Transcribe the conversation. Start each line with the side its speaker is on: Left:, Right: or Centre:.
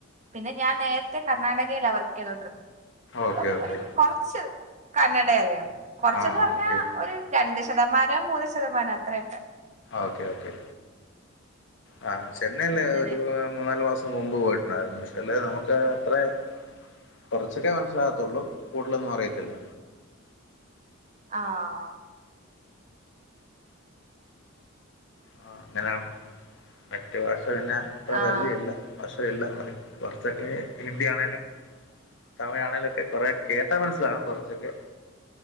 Right: പിന്നെ ഞാൻ നേരത്തെ കർണാടകയിലാ വർക്ക് ചെയ്തോണ്ടിരുന്നെ
Left: ഓക്കെ
Right: അപ്പം
Left: ഓക്കെ
Right: ഒരു കുറച്ച് കന്നഡ അറിയാം കൊറച്ചന്ന്
Left: ആ
Right: പറഞ്ഞാ
Left: ഓക്കെ
Right: ഒരു രണ്ട്ം ശതമാനം ഒ ശതമാനം അത്രയക്ക
Left: ഓക്കെ ഓക്കെ ആ ചെന്നൈല്ലേ
Right: അങ്ങനെ
Left: ഒരു മൂന്നാല് മാസം മുമ്പ് പോയിട്ട് രുന്നു പക്ഷേ അല്ല നമുക്ക് അത്രേ കൊറച്ചൊക്കെ മനസ്സിലാത്തുള്ളൂ കൂടുതലൊന്നും അറിയത്തില്ല
Right: ആഹ്
Left: ആ അങ്ങനെയാണ് മറ്റു ഭാഷ പിന്നെ അത്ര
Right: ആഹ്
Left: പരിചയല്ല അ എല്ലാ അതി പുറത്തൊക്കെ ഹിന്ദി ആണേലും തമിഴാണേലും ഒക്കെ കൊറെ ഴ് മനസ്സിലാകും കുറച്ചൊക്കെ